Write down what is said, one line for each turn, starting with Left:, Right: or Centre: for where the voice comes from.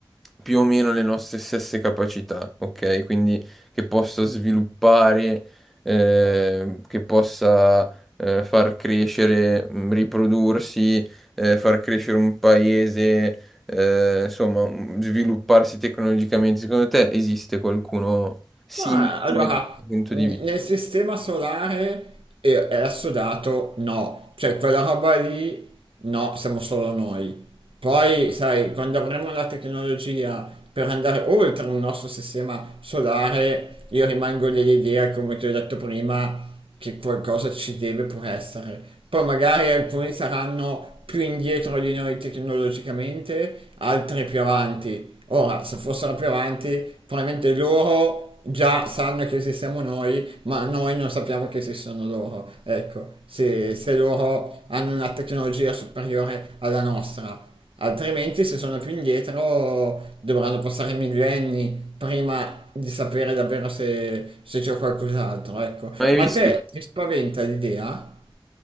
Centre: più o meno le nostre stesse capacità, ok? Quindi che possa sviluppare, eh, che possa eh, far crescere, mm, riprodursi, eh, far crescere un paese, eh, insomma, mm, svilupparsi tecnologicamente. Secondo te esiste qualcuno simulano
Right: Ma allora,
Centre: da questo punto
Right: mh,
Centre: di vista.
Right: nel sistema solare è, è assodato no, cioè quella roba lì no, siamo solo noi. Poi, sai, quando avremo la tecnologia per andare oltre il nostro sistema solare, io rimango dell'idea, come ti ho detto prima, che qualcosa ci deve pur essere. Poi magari alcuni saranno più indietro di noi tecnologicamente, altri più avanti, Ora, se fossero più avanti, probabilmente loro già sanno che esistiamo noi, ma noi non sappiamo che esistono loro. Ecco, se, se loro hanno una tecnologia superiore alla nostra. Altrimenti, se sono più indietro, dovranno passare millenni prima di sapere davvero se, se c'è qualcos'altro, ecco.
Centre: Ma hai
Right: Ma
Centre: visto?
Right: te ti spaventa l'idea?